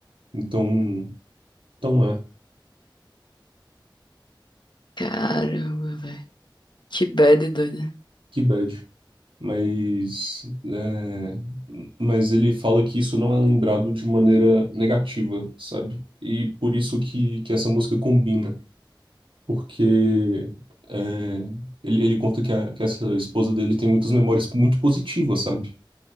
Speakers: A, on the right (about 85°); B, on the left (about 65°).
A: Então, então é,
B: Caramba, velho. Que bad doida.
A: que bad. Mas, é, mas ele fala que isso não é lembrado de maneira negativa, sabe? E por isso que, que essa música combina. porque é, ele, ele conta que, a- que essa esposa dele tem muitas memórias muito positivas, sabe?